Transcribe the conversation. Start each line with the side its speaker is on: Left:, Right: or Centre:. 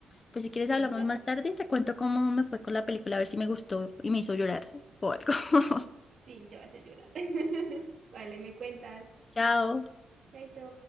Left: Pues si quieres hablamos
Right: ¿Listo?
Left: más tarde y te cuento cómo me fue con la película, a ver si me gustó y me hizo llorar o algo. <laughs>
Right: Sí, te vas a hacer llorar. <laughs> Vale, me cuentas.
Left: Chao.
Right: Chaito.